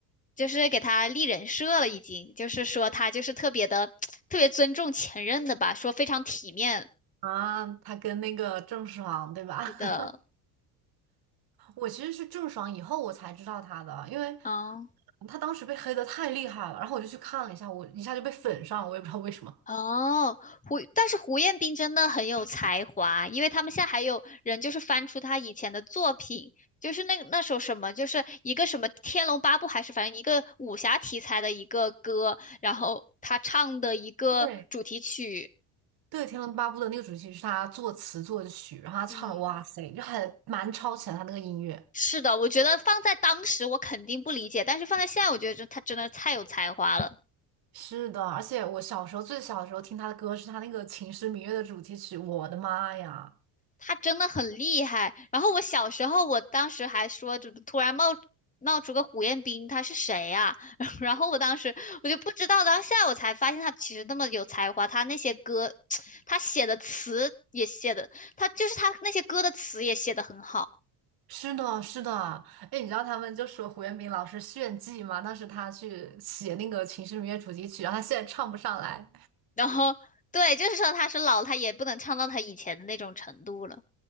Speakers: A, on the left (about 15°); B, on the right (about 50°).
A: 就是给他立人设了，已经就是说他就是特别的 <tsk> 特别尊重前任的吧，说非常体面
B: 啊，他跟那个郑爽，对吧？
A: 的，
B: <laughs> 我其实是郑爽以后我才知道他的，因为
A: 嗯。
B: 他当时被黑的太厉害了，然后我就去看了一下，我一下就被粉上了，我也不知道为什么。
A: 哦，胡，但是胡彦斌真的很有才华，因为他们现在还有人就是翻出他以前的作品，就是那那首什么，就是一个什么《天龙八部》还是反正一个武侠题材的一个歌，然后他唱的一个主题曲，
B: 对，对，《天龙八部》的那个主题曲是他作词作曲，然后他唱的，
A: 嗯，
B: 哇塞，就还蛮超前他那个音乐。
A: 是的，我觉得放在当时我肯定不理解，但是放在现在，我觉得这他真的太有才华了。
B: 是的，而且我小时候最小的时候听他的歌是他那个《秦时明月》的主题曲，我的妈呀！
A: 他真的很厉害。然后我小时候，我当时还说，就突然冒冒出个胡彦斌，他是谁呀、啊 <laughs> 然后我当时我就不知道，然后现在我才发现他其实那么有才华，他那些歌，<tsk> 他写的词也写的，他就是他那些歌的词也写的很好。
B: 是的，是的，哎，你知道他们就说胡彦斌老师炫技嘛？当时他去写那个《秦时明月》主题曲，然后他现在唱不上来。
A: 然后对，就是说他是老了他也不能唱到他以前的那种程度了。